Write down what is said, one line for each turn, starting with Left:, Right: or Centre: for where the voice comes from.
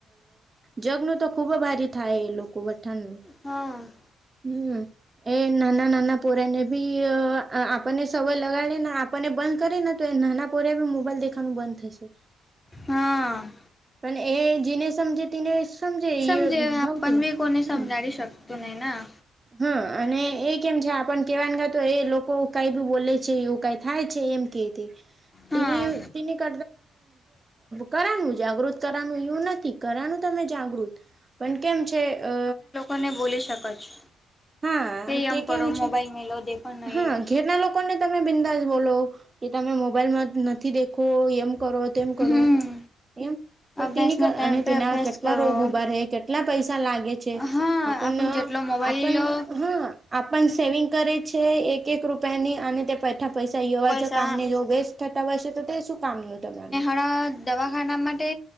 Right: જગનું તો ખૂબ ભારી થાય એ લોકો વઠાણ
Left: હમ
Right: હમ એ નાના નાના પોર ને બી આપ આપણને સવાય લગાડે ને આપણને બંધ કરીે ને તો એ નાના પોરે મોબાઈલ દેખવાનું બંધ થશે
Left: હા
Right: પણ એ જેને સમજે તેને
Left: સમજે
Right: એ ભાવતું
Left: આપ બી કોને સમજાવડી
Right: હમ
Left: શકતું નહી ના
Right: હા અને એ કેમ છે આપને કેવા ગ તો એ લોકો કઈ બી બોલે છે એવું કઈ થાય છે એમ કરતા
Left: હા
Right: કરવાનું જાગૃત કરવાનું એવું નથી કરવાનું તમે જાગૃત પણ કેમ છે અ
Left: તને બોલી શકો છો
Right: હા
Left: કે
Right: તે
Left: એમ કરો
Right: કેમ છે
Left: મોબાઈલ મેલો દેખો નહીં
Right: હા ઘેરના લોકો ને તમે બિંદાસ બોલો કે તમે મોબાઈલમાં નથી દેખો એમ કરો
Left: હમ
Right: કરો એમ
Left: અભ્યાસના
Right: તેની
Left: ટાઈમ
Right: અને
Left: પે
Right: તેના
Left: અભ્યાસ
Right: કેટલા
Left: કરો
Right: રોગ ઉભા રહે કેટલા પૈસા લાગે છે
Left: હા
Right: આપણ
Left: જેટલો મોબાઈલ
Right: આપન
Left: લો
Right: હા આપણ સેવિંગ કરે છે એક એક રૂપિયાની અને પા પૈસા વાજ
Left: પૈસા
Right: કામને જો વેસ્ટ થતા હોયશે તો તે શું કામનું તમારું
Left: પણ દવાખાના માટે